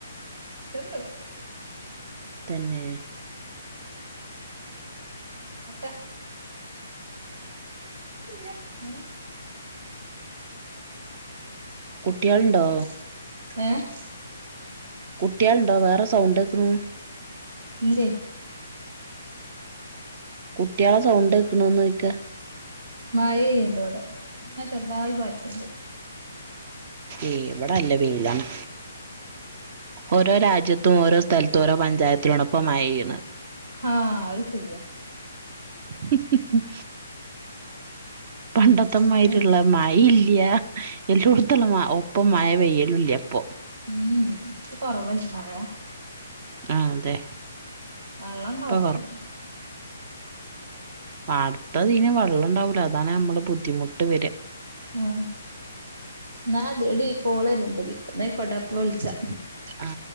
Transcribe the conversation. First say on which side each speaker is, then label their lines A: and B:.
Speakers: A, on the right; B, on the right.
A: ച്ച്ണ്ട്
B: തന്നെ
A: കൊറച്ചൊക്കെ ഇല്ല ന്നാലും
B: കുട്ട്യേള്ണ്ടോ
A: ഇടുമ്മണ്ട് ഏഹ്
B: കുട്ട്യേള്ണ്ടോ വേറെ സൗണ്ട് കേക്കുണു
A: ഇല്ലേ
B: കുട്ട്യേളെ സൗണ്ട് കേക്കുണുന്ന് ചോയ് ക്കാ
A: മഴയ്യ്ണ്ട് വടെ ഇങ്ങാ ചെറുതായി പാറ്റ്ണ്ട്
B: ഏയ് ഇവടല്ല വെയിലാണ് ഓരോ രാജ്യത്തും ഓരോ സ്ഥലത്തും ഓരോ പഞ്ചായത്തിലും ആണ് ഇപ്പമഴ പെയ്യുണത്
A: ആഹ് അത് സര്യയ
B: ഹ് ഹ് ഹ് പണ്ടത്തമായിരിള്ള
A: അങ്ങനെ വീണ്
B: മയില്ല എല്ലോട്തുള്ള മാ ഒപ്പം മയ പെയ്യലൂല്യ ഇപ്പോ
A: ഉം ഉം ഇപ്പ കൊറവല്ലേ മയ
B: ആ അതെ
A: വള്ളം ഉണ്ടാവൂല
B: ഇപ്പൊ
A: ഇഞ്
B: പാടത്ത് അതിന് വള്ളം ഇണ്ടാവൂല അതാണ് നമ്മള് ബുദ്ധിമുട്ട് വര
A: ഉം ന്നാടി കോള് വരുണ്ട് ഇതിക്ക് ഇന്നാ യിക്കോട്ടെ ഇപ്പൊ വിള്ച്ചാ
B: ആ